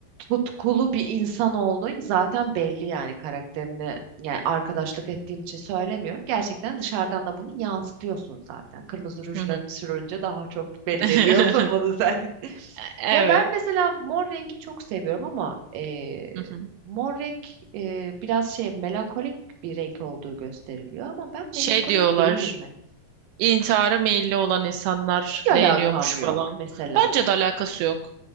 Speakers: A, on the right (about 70°); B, on the right (about 85°).
A: tutkulu bir insan olduğun zaten belli yani karakterini yani arkadaşlık ettiğim için söylemiyorum. Gerçekten dışarıdan da bunu yansıtıyorsun zaten. Kırmızı rujlarını
B: Hı hı.
A: sürünce daha çok belli
B: <laughs>
A: ediyorsun bunu sen. <laughs>
B: Evet.
A: Ya ben mesela mor rengi çok seviyorum ama eee,
B: Hı hı.
A: mor renk eee, biraz şey melankolik bir renk olduğu gösteriliyor ama ben melankolik
B: Şey diyorlar.
A: değilim ben.
B: intihara meyilli olan insanlar
A: Hiç
B: beğeniyormuş
A: alakam yok
B: falan.
A: mesela.
B: Bence de alakası yok.